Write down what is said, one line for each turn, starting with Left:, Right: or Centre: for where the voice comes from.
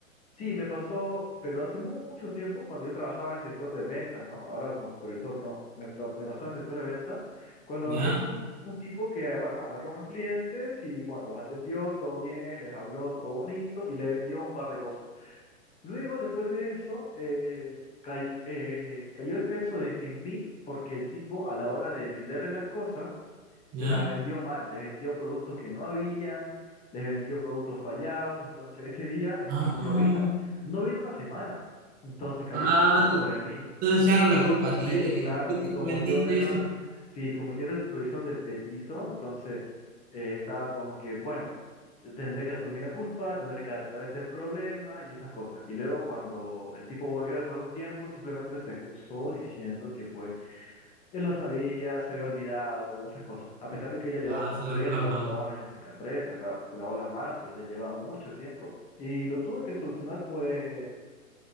Left: Sí, me pasó, pero hace mucho tiempo cuando yo trabajaba en el sector de ventas, ¿no? Ahora como supervisor, no. Me, tra- me pasó en el sector de ventas cuando
Right: ¿Ya?
Left: había un, un tipo que, bueno, agarró unos clientes y, bueno, los atendió, todo bien, les habló, todo bonito y le vendió un par de cosas. Luego, después de eso, eh, cay- eh, cayó el peso de- en mí porque el tipo a la hora de venderle las cosas,
Right: ¿Ya?
Left: se las vendió mal, les vendió productos que no habían, les vendió productos fallados, entonces ese día el
Right: Ah,
Left: tipo no vino, no vino una semana, entonces cayó
Right: ah,
Left: el peso sobre
Right: te
Left: mí,
Right: te echaron la culpa a ti
Left: Eh,
Right: de que
Left: claro,
Right: tú fuiste
Left: y como
Right: que vendiste
Left: yo era,
Right: eso.
Left: sí, como yo era el supervisor del de piso, entonces eh, estaba como que, bueno, tendré que asumir la culpa, tendré que arreglar este problema y esas cosas, y luego cuando el tipo volvió después de un tiempo, simplemente se excusó diciendo que pues él no sabía, se había olvidado o esas cosas. A pesar de que ella lleva
Right: Ah,
Left: como
Right: se lavó
Left: 3
Right: las
Left: 4
Right: manos.
Left: años en la empresa, claro, se lavó las manos, pero ya lleva mucho tiempo. Y lo tuve que solucionar, pues